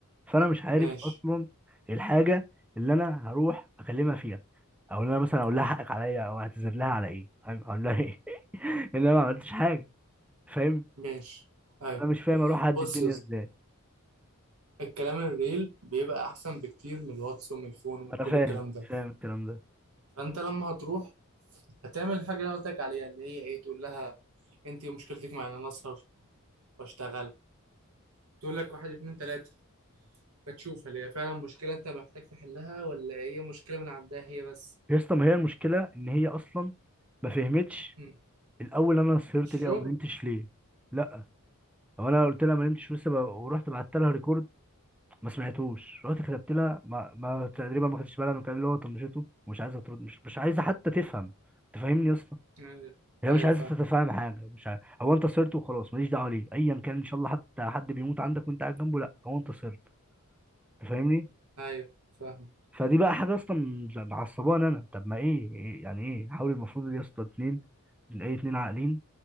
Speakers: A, in the centre; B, on the right.
A: فانا مش عارف
B: ماشي
A: اصلا الحاجه اللي انا هروح اكلمها فيها او ان انا مثلا اقول لها حقك عليا او اعتذر لها على ايه فاهم؟ اقول لها ايه <laughs> ان انا ما عملتش حاجه فاهم
B: ماشي ايوه
A: فانا مش فاهم اروح اعدي
B: بص
A: الدنيا
B: يا اسطى
A: ازاي
B: الكلام الريل بيبقى احسن بكتير من الواتس ومن الفون ومن
A: ما
B: كل
A: انا فاهم
B: الكلام ده
A: فاهم الكلام ده
B: فانت لما هتروح هتعمل الحاجة اللي انا قلت لك عليها اللي هي ايه تقول لها انت إيه مشكلتك مع ان انا اسهر واشتغل تقول لك واحد اتنين تلاتة فتشوف هل هي فعلا مشكلة انت محتاج تحلها ولا هي مشكلة من عندها هي بس
A: يا اسطى ما هي المشكله ان هي اصلا ما فهمتش
B: مم.
A: الاول انا سهرت
B: الشغل
A: ليه او ما نمتش ليه لا هو انا قلت لها ما نمتش لسه ب... ورحت بعت لها ريكورد ما سمعتوش رحت كتبت لها ما, ما تقريبا ما خدتش بالها من الكلام اللي هو طنشته ومش عايزه ترد مش... مش عايزه حتى تفهم تفهمني يا اسطى
B: يعني-
A: هي
B: ايوه
A: مش عايزه
B: فاهم
A: تتفهم حاجه مش عايز... هو انت صرت وخلاص ماليش دعوه ليه ايا كان ان شاء الله حتى حد بيموت عندك وانت قاعد جنبه لا هو انت صرت تفهمني
B: ايوه فاهم
A: فدي بقى حاجه اصلا معصبانه انا طب ما ايه إيه- يعني ايه حاول المفروض يا اسطى اتنين اي اتنين عاقلين